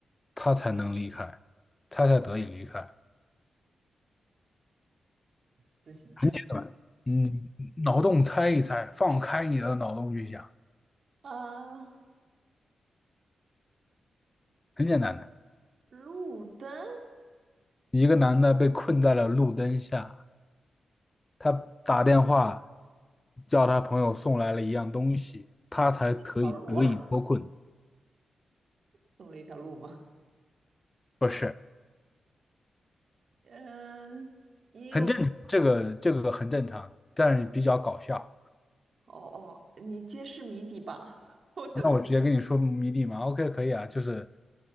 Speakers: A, on the left; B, on the right.
A: 他才能离开，他才得以离开。
B: 自行车
A: 很简单，嗯，脑洞猜一猜，放开你的脑洞去想，
B: 啊，
A: 很简单的。
B: 路灯，
A: 一个男的被困在了路灯下，他打电话叫他朋友送来了一样东西，他才可以得以脱困。
B: 条路啊，<laughs> 送了一条路吗？
A: 不是，
B: 嗯，也有。
A: 很正，这个这个很正常，但是比较搞笑。
B: 哦哦，你揭示谜底吧，<laughs> 我等不。
A: 那我直接跟你说谜底嘛，OK，可以啊，就是，